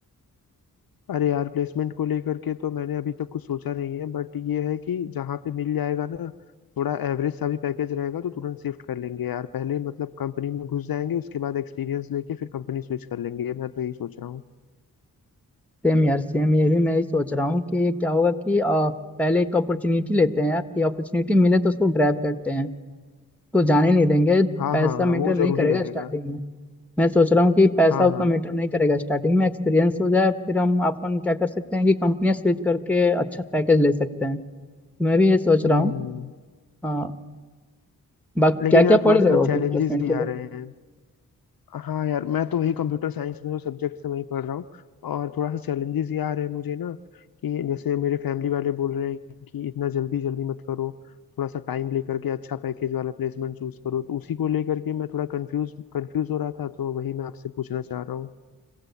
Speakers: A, on the left; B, in the centre.
A: अरे यार प्लेसमेंट को लेकर के तो मैंने अभी तक कुछ सोचा नहीं है बट ये है कि जहाँ पे मिल जाएगा ना थोड़ा एवरेज सा भी पैकेज रहेगा तो तुरंत शिफ्ट कर लेंगे यार पहले मतलब कंपनी में घुस जाएंगे उसके बाद एक्सपीरियंस लेके फिर कंपनी स्विच कर लेंगे मैं तो यही सोच रहा हूँ
B: सेम यार सेम ये भी मैं ही सोच रहा हूँ कि क्या होगा कि आ, पहले एक अपॉर्चुनिटी लेते हैं यार कि अपॉर्चुनिटी मिले तो उसको ग्रैब करते हैं तो जाने नहीं देंगे
A: हाँ
B: पैसा
A: हाँ हाँ
B: मैटर
A: वो
B: नहीं
A: जरूरी
B: करेगा
A: रहेगा
B: स्टार्टिंग मैं सोच रहा हूँ कि पैसा
A: हाँ
B: उतना
A: हाँ
B: मैटर नहीं करेगा स्टार्टिंग में एक्सपीरियंस हो जाए फिर हम अपन क्या कर सकते हैं कि कंपनियां स्विच करके अच्छा पैकेज ले सकते हैं मैं भी ये सोच रहा
A: हम्म
B: हूँ हाँ बाकी
A: लेकिन
B: क्या क्या
A: यार
B: पढ़
A: थोड़ा
B: रहे
A: सा ना
B: हो अभी
A: चैलेंजेस
B: प्लेसमेंट
A: भी
B: के लिए
A: आ रहे हैं हाँ यार मैं तो वही कंप्यूटर साइंस में जो सब्जेक्ट से वही पढ़ रहा हूँ और थोड़ा सा चैलेंजेस ये आ रहे हैं मुझे ना कि जैसे मेरे फैमिली वाले बोल रहे हैं कि इतना जल्दी जल्दी मत करो थोड़ा सा टाइम लेकर के अच्छा पैकेज वाला प्लेसमेंट चूज करो तो उसी को लेकर के मैं थोड़ा कंफ्यूज कंफ्यूज हो रहा था तो वही मैं आपसे पूछना चाह रहा हूँ